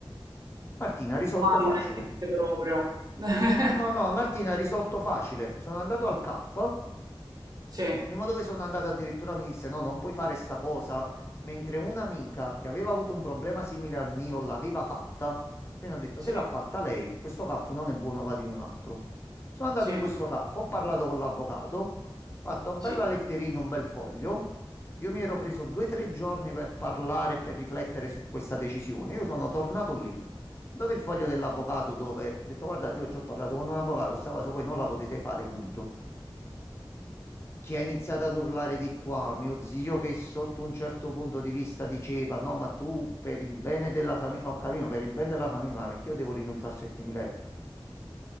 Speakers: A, on the left; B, on the right.
A: Martina, risolto
B: Ma
A: facile.
B: non esiste proprio. <laughs>
A: No, no, Martina, risolto facile. Sono andato al CAF,
B: Sì,
A: Il primo dove sono andato addirittura mi disse: No, non puoi fare sta cosa. Mentre un'amica che aveva avuto un problema simile al mio l'aveva fatta. Quindi ho detto:
B: sì,
A: Se l'ha fatta lei, questo CAF non è buono, vado in un altro. Sono andato
B: sì.
A: in questo CAF, ho parlato con l'avvocato, ho fatto bella
B: Sì.
A: letterina, un bel foglio. Io mi ero preso due o tre giorni per parlare e per riflettere su questa decisione. Io sono tornato lì. Ho dato il foglio dell'avvocato dove ho detto: Guardate, io già ho parlato con un avvocato, questa cosa voi non la potete fare, punto chi ha iniziato ad urlare di qua, mio zio che sotto un certo punto di vista diceva no, ma tu per il bene della famiglia, ho capito, "No, per il bene della famiglia, ma perché io devo rinunciare a 7.000 euro?